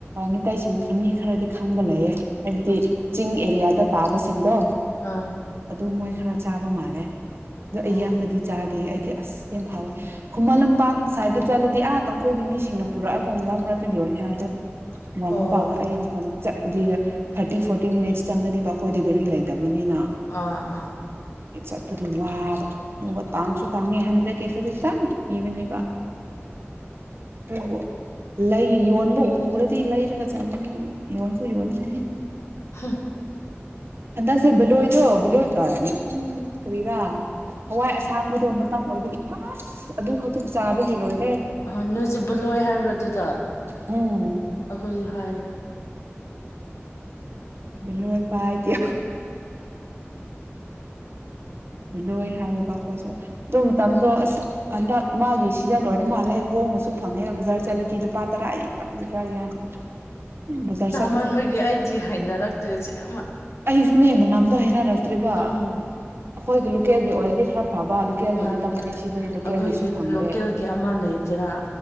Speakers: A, on the right (about 60°); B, on the left (about 75°).
A: ꯃꯇꯩꯁꯤꯡ ꯈ ꯃꯤ ꯈꯔꯗꯤ ꯈꯪꯕ ꯂꯩꯌꯦ ꯍꯥꯏꯕꯗꯤ
B: ꯑꯥ
A: ꯆꯤꯡ ꯑꯦꯔꯤꯌꯥꯗ ꯇꯥꯕꯁꯤꯡꯗꯣ
B: ꯑꯥ
A: ꯑꯗꯨꯃꯣꯏ ꯈꯔ ꯆꯥꯕ ꯃꯥꯜꯂꯦ ꯑꯗꯣ
B: ꯑꯣ
A: ꯑꯩꯌꯥꯝꯕꯗꯤ ꯆꯥꯗꯦ ꯑꯩꯗꯤ ꯑꯁ ꯌꯥꯝ ꯍꯥꯎꯋꯦ ꯈꯨꯃꯟ ꯂꯝꯄꯥꯛ ꯁꯥꯏꯠꯇ ꯆꯠꯂꯗꯤ ꯑꯥ ꯇꯥꯡꯈꯨꯜꯒꯤ ꯃꯤꯁꯤꯡꯅ ꯄꯨꯔꯛꯑꯒ ꯃꯔꯛ ꯃꯔꯛꯇ ꯌꯣꯜꯂꯤ ꯍꯥꯏꯗꯣ ꯃ ꯂꯝꯄꯥꯛꯇ
B: ꯑꯣ
A: <unintelligible> ꯐꯝ ꯆꯠꯄꯗꯤꯗ ꯊꯥꯔꯇꯤ ꯐꯣꯔꯇꯤ ꯃꯤꯅꯤꯠꯁ ꯆꯪꯒꯅꯤꯕ ꯑꯩꯈꯣꯏꯗꯤ ꯒꯥꯔꯤ ꯂꯩꯇ ꯕꯅꯤꯅ
B: ꯑꯥ ꯑꯥ
A: ꯆꯠꯄꯗꯨ ꯋꯥꯕ ꯗꯨꯒ ꯇꯥꯡꯁꯨ ꯇꯥꯡꯉꯦ ꯍꯟꯗ꯭ꯔꯦꯠꯀꯤ ꯈꯖꯤꯛꯇꯪ ꯄꯤꯕꯅꯦꯕ ꯗꯨꯕꯨ ꯂꯩ ꯌꯣꯟꯕ ꯎꯔꯗꯤ ꯂꯩꯔꯒ ꯆꯥꯅꯤꯡꯉꯦ ꯌꯣꯟꯁꯨ ꯌꯣꯟꯗꯦ
B: ꯍꯥ
A: ꯍꯟꯗꯛꯁꯦ ꯕꯦꯂꯣꯏꯗꯣ ꯕꯦꯂꯣꯏ ꯎ ꯀꯔꯤꯔꯥ ꯍꯋꯥꯏ ꯑꯁꯥꯡꯕꯗꯣ ꯃꯇꯝ ꯑꯣꯏꯕ ꯑꯁ ꯑꯗꯨ ꯈꯛꯇ ꯆꯥꯕꯒꯤ ꯂꯣꯏ
B: ꯑꯍ ꯅꯣꯏꯁꯨ ꯕꯦꯂꯣꯏ ꯍꯥꯏꯕ꯭ꯔꯥ ꯑꯗꯨꯗ
A: ꯎꯝ
B: ꯑꯈꯣꯏꯁꯨ ꯍꯥꯏꯌꯦ
A: ꯅꯣꯏ ꯄꯥꯏꯇꯦ
B: <unintelligible>
A: ꯕꯦꯂꯣꯏ ꯍꯥꯏꯌꯦꯕ ꯑꯈꯣꯏꯁꯨ ꯑꯗꯨ ꯃꯇꯝꯗꯣ ꯑꯁ ꯍꯟꯗꯛ ꯃꯥꯒꯤ ꯁꯤꯖꯟ ꯑꯣꯏꯔ ꯃꯥꯜꯂꯦ ꯍꯣꯡ ꯅꯁꯨ ꯐꯪꯉꯦ ꯕꯖꯥꯔ ꯆꯠꯂꯗꯤ ꯂꯨꯄꯥ ꯇꯔꯥꯒꯤ ꯇꯔꯥꯒꯤ ꯍꯥꯏꯅ ꯕꯖꯥꯔ ꯆꯠ
B: ꯃꯟꯕꯒꯤ ꯑꯩꯗꯤ ꯍꯩꯅꯔꯛꯇ꯭ꯔꯦ ꯑꯁꯦꯡꯕ
A: ꯁꯨꯅꯦ ꯃꯅꯝꯗ ꯍꯩꯅꯔꯛꯇ꯭ꯔꯤꯕ
B: ꯎꯝ
A: ꯑꯈꯣꯏꯒꯤ ꯂꯣꯀꯦꯜꯒꯤ ꯑꯣꯏꯔꯗꯤ ꯈꯔ ꯐꯕ ꯂꯣꯀꯦꯜꯒꯤ
B: ꯃꯥꯅꯦ
A: ꯅꯠꯇꯕꯅꯦ
B: ꯃꯥꯅꯦ
A: ꯁꯤꯗꯤ ꯂꯣꯀꯦꯜꯒꯤꯁꯨ
B: ꯑꯈꯣꯏꯒꯤ
A: ꯐꯪꯗꯦ
B: ꯂꯣꯀꯦꯜꯒꯤ ꯑꯃꯥ ꯂꯩꯩꯗꯅ